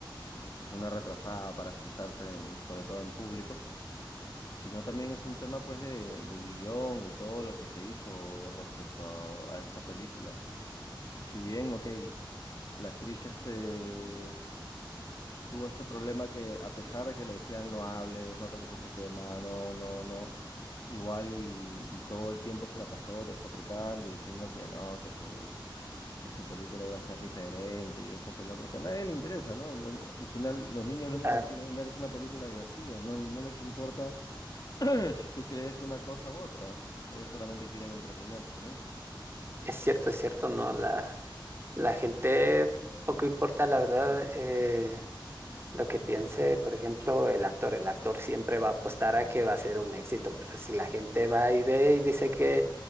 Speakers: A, on the left; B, on the right.
A: es una retrasada para expresarse, en- sobre todo en público, sino también es un tema pues de- del guión y todo lo que se hizo respecto a, a esta película. Si bien, ok, la actriz este tuvo este problema que a pesar de que le decían no hables, no toques ese tema, no, no, no, igual y, y todo el tiempo se la pasó despotricando y diciendo que no, que su que su película iba a ser diferente y esto que el otro, que a nadie le interesa, ¿no? Lo uni- al final los niños lo único
B: Ah,
A: que quieren ver es una película divertida, no, no les importa <clears throat> si tú crees una cosa u otra, ellos solamente quieren entretenerse, ¿no?
B: es cierto, es cierto, ¿no? La, la gente, poco importa, la verdad, eh, Lo que piense, por ejemplo, el actor, el actor siempre va a apostar a que va a ser un éxito, pero si la gente va y ve y dice que,